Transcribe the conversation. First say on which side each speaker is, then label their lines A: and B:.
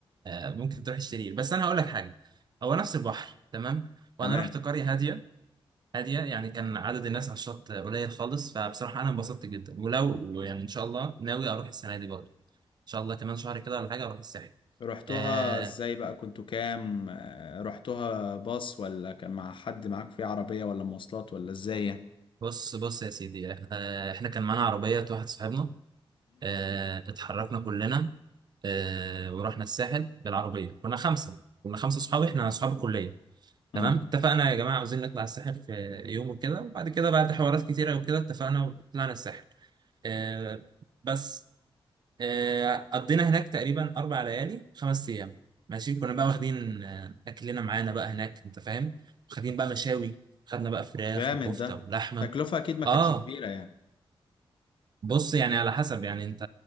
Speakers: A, on the right; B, on the left.
A: آه ممكن تروح الشرير بس انا هقول لك حاجه هو نفس البحر تمام وانا
B: تمام
A: رحت قريه هاديه هاديه يعني كان عدد الناس على الشط قليل خالص فبصراحه انا انبسطت جدا ولو يعني ان شاء الله ناوي اروح السنه دي برضه ان شاء الله كمان شهر كده ولا حاجه اروح الساحل
B: رحتوها
A: آه،
B: ازاي بقى كنتوا كام آه، رحتوها باص ولا كان مع حد معاك في عربيه ولا مواصلات ولا ازاي يعني
A: بص بص يا سيدي احنا احنا كان معانا عربية واحد صاحبنا اه اتحركنا كلنا اه ورحنا الساحل بالعربية كنا خمسة كنا خمسة صحاب احنا صحاب الكلية
B: امم
A: تمام اتفقنا يا جماعة عاوزين نطلع الساحل في يوم وكده وبعد كده بعد حوارات كتيرة وكده اتفقنا وطلعنا الساحل اه بس اه قضينا هناك تقريبا أربع ليالي خمس أيام ماشي كنا بقى واخدين آه، أكلنا معانا بقى هناك أنت فاهم واخدين بقى مشاوي خدنا بقى فراخ
B: جامد
A: وكفتة
B: ده
A: ولحمة
B: تكلفة اكيد ما كانتش
A: اه
B: كبيرة يعني
A: بص يعني على حسب يعني انت